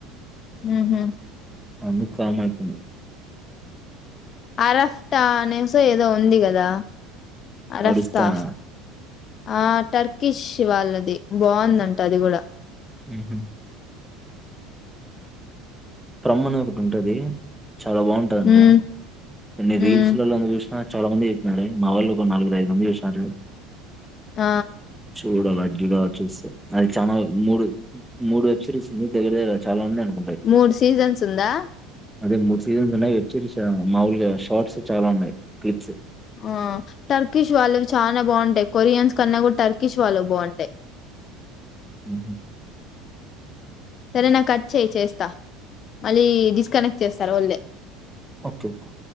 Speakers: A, on the left; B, in the centre.
A: ఊహు
B: అందు కామకిను
A: అరఫ్టా అనేసి ఏదో ఉంది కదా అరఫ్తా
B: ఆడిస్తానా.
A: ఆ టర్కిష్ వాళ్ళది బాగుందంట అది కూడా
B: ఊహు ట్రమ్మనేది ఒకటి ఉంటది చాలా బాగుంటదంట
A: ఉమ్
B: కొన్ని రీల్స్లలో
A: ఉమ్
B: చూస్ ఆ చాలా మంది చెప్పినారే మా వాళ్ళు ఒక నలుగురు ఐదు మంది చూసినారు
A: ఆ
B: చూడల అజూడాల చూస్తే అది చాలా మూడు మూడు వెబ్ సిరీస్ మీ దగ్గదర చాలా ఉన్నాయ్
A: మూడు సీజన్స్ ఉందా
B: అదే మూడు సీజన్స్ ఉన్నాయి వెబ్సిరీస్ మామూలుగా షార్ట్స్ చాలా ఉన్నాయి క్లిప్స్
A: ఆ టర్కిష్ వాళ్ళవి చాలా బాగుంటాయి కొరియన్స్ కన్నా కూడా టర్కిష్ వాళ్ళు బాగుంటాయి
B: ఊహు
A: సరే నాకచ్చేయి చేస్తా మళ్ళీ డిస్కనెక్ట్ చేస్తారోళ్ళే
B: ఓకేే ఓకే